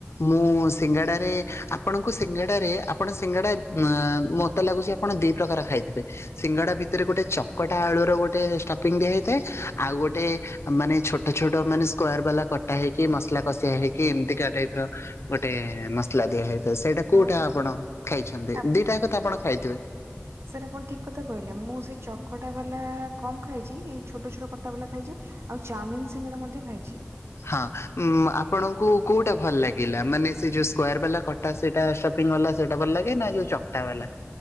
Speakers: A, on the left; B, on the right.
A: ମୁଁ ସିଙ୍ଗାଡାରେ ଆପଣଙ୍କୁ ସିଙ୍ଗଡାରେ ଆପଣ ସିଙ୍ଗଡା ଆ, ମତେ ଲାଗୁଛି ଆପଣ ଦି ପ୍ରକାର ଖାଇଥିବେ? ସିଙ୍ଗଡା ଭିତରେ ଗୋଟେ ଚକଟା ଆଳୁର ଗୋଟେ ଷ୍ଟପିଙ୍ଗ ଦିଆ ହେଇଥାଏ। ଆଉ ଗୋଟେ ମାନେ ଛୋଟ ଛୋଟ ମାନେ ସ୍କୋଏଆର ବାଲା କଟା ହେଇକି ମ ମସଲା କଷିଆ ହେଇକି, ଏମିତିକା ଟାଇପ୍ ର ଗୋଟେ ମସଲା ଦିଆ ହେଇଥାଏ। ସେଇଟା କୋଉଟା
B: ହଁ
A: ଆପଣ ଖାଇଛନ୍ତି?
B: ଆ
A: ଦିଟା ଆକ ଆପଣ ଖାଇଥିବେ।
B: ଆପଣ ଠିକ୍ କଥା କହିଲେ। ମୁଁ କଟା ବାଲା କମ୍ ଖାଇଛି। ଏଇ ଛୋଟ ଛୋଟ କଟା ବାଲା ଖାଇଛି। ଆଉ ଚାଉମିିନ ସିଙ୍ଗଡା ମଧ୍ୟ ଖାଇଛି।
A: ହଁ ଉ ଆପଣଙ୍କୁ କୋଉଟା ଭଲ ଲାଗିଲା? ମାନେ ସେ ଯୋଉ ସ୍କୋୟାର ବାଲା କଟା ସେଇଟା ସ ଫିଙ୍ଗ ବାଲା ସେଇଟା ଭଲ ଲାଗେ ନା, ଯୋଉ ଚକ୍‌ଟା ବାଲା?